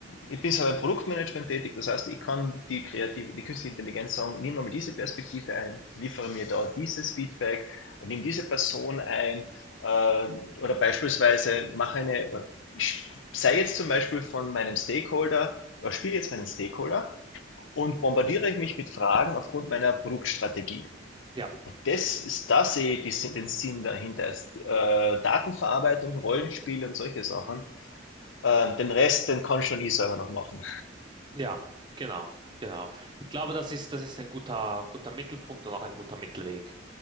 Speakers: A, on the left (about 85°); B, on the right (about 25°).
A: ich bin selber im Produktmanagement tätig, das heißt, ich kann die, kreative, die künstliche Intelligenz sagen, nimm mal diese Perspektive ein, liefere mir da dieses Feedback und nimm diese Person ein äh, oder beispielsweise mache eine, ich sei jetzt zum Beispiel von meinem Stakeholder, oder spiele jetzt meinen Stakeholder und bombardiere mich mit Fragen aufgrund meiner Produktstrategie.
B: ja,
A: Und das ist, das, sehe ich die, Sin- den Sinn dahinter. Ist, äh, Datenverarbeitung, Rollenspiele und solche Sachen. Äh, den Rest, den kann schon ich selber noch machen.
B: ja, genau, genau. Ich glaube, das ist, das ist ein guter, guter Mittelpunkt und auch ein guter Mittelweg.